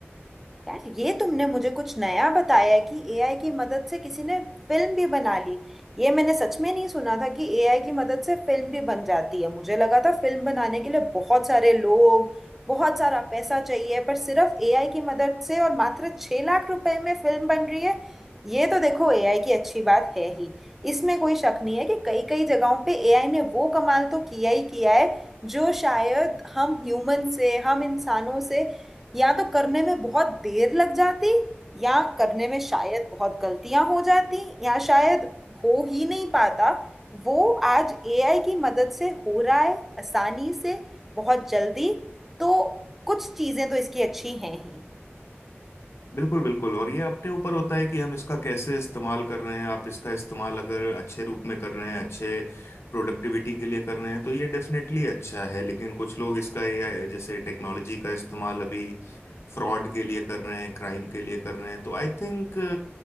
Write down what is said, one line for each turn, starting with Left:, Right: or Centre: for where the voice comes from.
Centre: यार ये तुमने मुझे कुछ नया बताया कि एआई की मदद से किसी ने फिल्म भी बना ली ये मैंने सच में नहीं सुना था कि एआई की मदद से फिल्म भी बन जाती है मुझे लगा था फिल्म बनाने के लिए बहुत सारे लोग बहुत सारा पैसा चाहिए पर सिर्फ एआई की मदद से और मात्र छह लाख रुपए में फिल्म बन रही है ये तो देखो एआई की अच्छी बात है ही इसमें कोई शक नहीं है कि कई कई जगहों पे एआई ने वो कमाल तो किया ही किया है जो शायद हम ह्यूमन से हम इंसानों से या तो करने में बहुत देर लग जाती या करने में शायद बहुत गलतियां हो जाती या शायद हो ही नहीं पाता वो आज एआई की मदद से हो रहा है आसानी से बहुत जल्दी तो कुछ चीजें तो इसकी अच्छी हैं ही
Left: बिल्कुल बिल्कुल और ये अपने ऊपर होता है कि हम इसका कैसे इस्तेमाल कर रहे हैं आप इसका इस्तेमाल अगर अच्छे रूप में कर रहे हैं अच्छे प्रोडक्टिविटी के लिए कर रहे हैं तो ये डेफिनेटली अच्छा है लेकिन कुछ लोग इसका एआई जैसे टेक्नोलॉजी का इस्तेमाल अभी फ्रॉड के लिए कर रहे हैं क्राइम के लिए कर रहे हैं तो आई थिंक